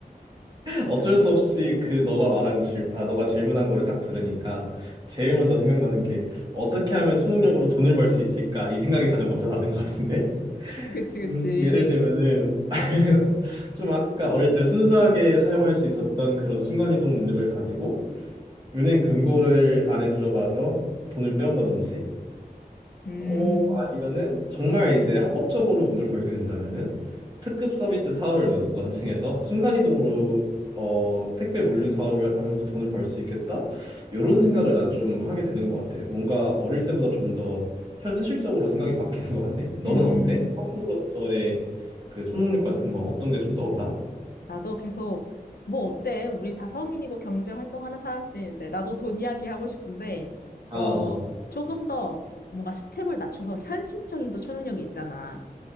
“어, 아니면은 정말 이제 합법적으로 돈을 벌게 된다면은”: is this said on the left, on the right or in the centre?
Right